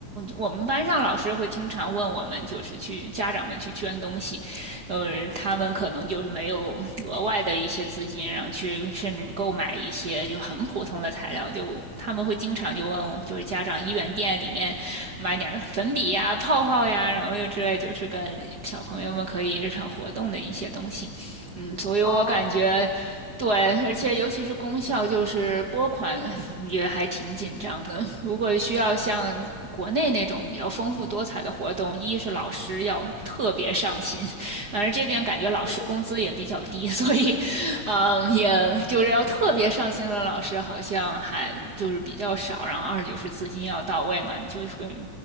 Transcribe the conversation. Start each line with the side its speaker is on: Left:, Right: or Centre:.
Right: 我们班上老师会经常问我们，就是去家长们去捐东西，呃，他们可能就是没有额外的一些资金，然后去甚至购买一些就很普通的材料，就他们会经常就问，
Left: 嗯，
Right: 就是家长一元店里面买点粉笔呀、泡泡呀，然后又之类，就是跟小朋友们可以日常活动的一些东西。嗯，所以我感觉对，
Left: 哦，
Right: 而且尤其是功效，就是拨款也还挺紧张的。如果需要像国内那种比较丰富多彩的活动，一是老师要特别上心，而这边感觉老师工资也比较低，
Left: 对对，
Right: 所以，嗯，也就是要特别上心的老师好像还就是比较少。然后二就是资金要到位嘛，你就会